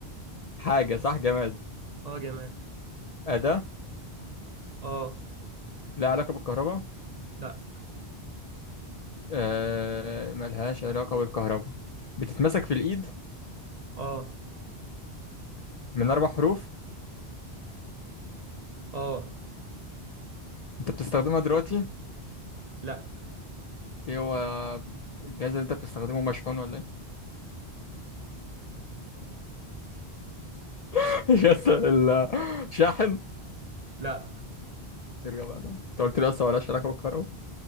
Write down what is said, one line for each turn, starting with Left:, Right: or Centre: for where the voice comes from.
Left: حاجة صح جماد
Right: اه جماد
Left: أداة
Right: اه
Left: لها علاقة بالكهرباء
Right: لا
Left: آه ملهاش علاقة بالكهرباء بتتمسك في الإيد
Right: اه
Left: من أربع حروف
Right: اه
Left: أنت بتستخدمها دلوقتي
Right: لا
Left: ليه هو الجهاز اللي انت بتستخدمه مشحون ولا ايه؟ <laughs> يس الشاحن
Right: لا
Left: يرجع بقى انت قلت لي اصلا ولا علاقه بالكهرباء